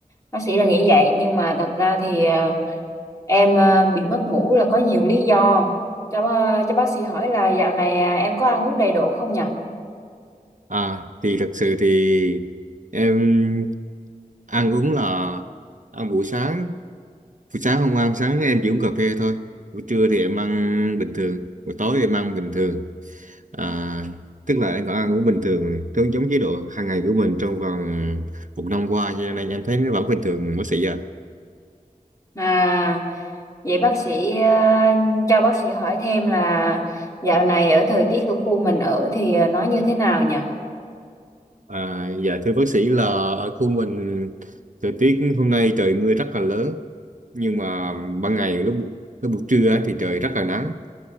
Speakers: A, on the left; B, on the right.
A: bác sĩ là nghĩ vậy nhưng mà thật ra thì ờ, em ờ, bị mất ngủ là có nhiều lý do cho ờ, cho bác sĩ hỏi là dạo này ờ, em có ăn uống đầy đủ không nhỉ
B: À, thì thật sự thì em ăn uống là ăn buổi sáng, buổi sáng không ăn, sáng em chỉ uống cà phê thôi. Buổi trưa thì em ăn bình thường, buổi tối em ăn bình thường. À, tức là em vẫn ăn uống bình thường, giống giống chế độ hàng ngày của mình trong vòng một năm qua cho nên em thấy nó vẫn bình thường bác sĩ ạ.
A: à vậy bác sĩ ờ, cho bác sĩ hỏi thêm là dạo này ở thời tiết của khu mình ở thì ờ, nó như thế nào nhỉ
B: À, dạ thưa bác sĩ là ở khu mình thời tiết hôm nay trời mưa rất là lớn nhưng mà ban ngày lúc lúc buổi trưa á thì trời rất là nắng